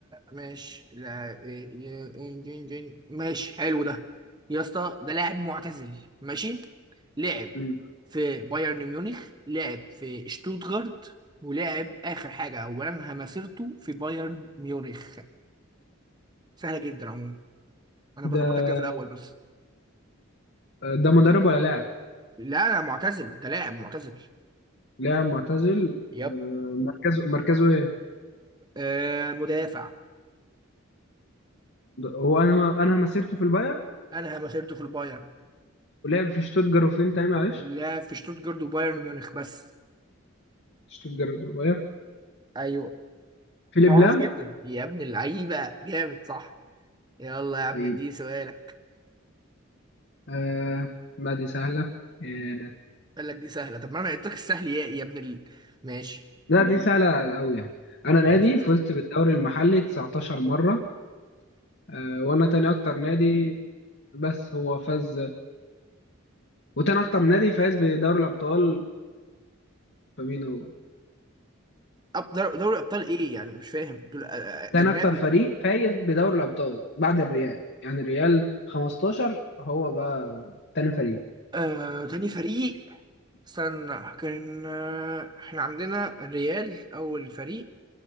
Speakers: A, on the right (about 20°); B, on the left (about 55°).
A: ماشي لا إيه- إيه- إيه- إيه- إيه- إيه. ماشي حلو ده يا اسطى ده لاعب معتزل ماشي لعب
B: مم.
A: في بايرن ميونخ لعب في شتوتغارت ولعب اخر حاجه او انهى مسيرته في بايرن ميونخ سهله جدا عموما انا
B: ده
A: بظبطك كده في الاول بس
B: آه، ده مدرب ولا لاعب
A: لا انا معتزل ده لاعب معتزل
B: لاعب معتزل
A: يب
B: آه، مركزه مركزه ايه؟
A: آه مدافع
B: هو انا انا مسيرته في الباير
A: انهى مسيرته في البايرن
B: ولعب في شتوتجارت وفين تاني معلش
A: لا في شتوتغارت وبايرن ميونخ بس
B: شتوتجارت والباير
A: ايوه
B: فيليب
A: معروف
B: لام
A: جدا يا ابن اللعيبه جامد صح يلا يا عم
B: قريب
A: اديني سؤالك
B: آه لا دي سهلة آه
A: قال لك دي سهله طب ما انا قلت لك السهل يا يا ابن ال... ماشي
B: لا دي سهلة أوي يعني أنا
A: خلاص
B: نادي
A: قشطة.
B: فزت بالدوري المحلي 19 مرة آه وأنا تاني أكتر نادي بس هو فاز وتاني أكتر نادي فاز بدوري الأبطال فمين هو؟
A: أب- دور- دوري ابطال ايه يعني مش فاهم دول آه،
B: تاني
A: اجنبي
B: أكتر فريق فايز بدوري الأبطال بعد الريال يعني الريال 15 هو بقى تاني فريق
A: آه تاني فريق استنى كان آه احنا عندنا الريال اول فريق